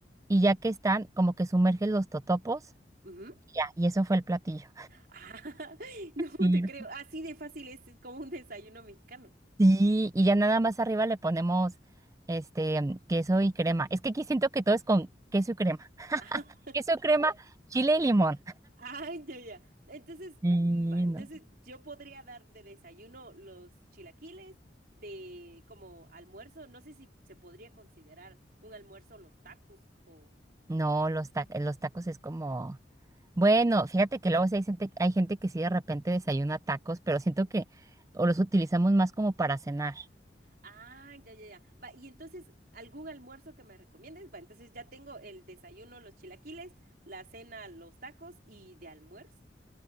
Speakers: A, on the right; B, on the right.
A: y ya que están, como que sumerges los totopos,
B: Ujú.
A: y ya, y eso fue el platillo.
B: Ah, <laughs> no
A: Sí,
B: te creo. Así de fácil es, es como un desayuno mexicano.
A: Sí, y ya nada más arriba le ponemos este queso y crema. Es que aquí siento que todo es con queso y crema.
B: <laughs>
A: queso crema, chile y limón.
B: Ay, ya, ya. Entonces,
A: Y
B: mm, va, entonces
A: no,
B: yo podría dar de desayuno los chilaquiles, de como almuerzo, no sé si se podría considerar un almuerzo los tacos o...
A: no, los, ta- los tacos es como, bueno, fíjate que luego sí hay gente, hay gente que sí de repente desayuna tacos, pero siento que o los utilizamos más como para cenar.
B: Ah, ya, ya, ya. Va, y entonces, ¿algún almuerzo que me recomiendes? Va, entonces ya tengo el desayuno los chilaquiles, la cena los tacos y de almuerzo.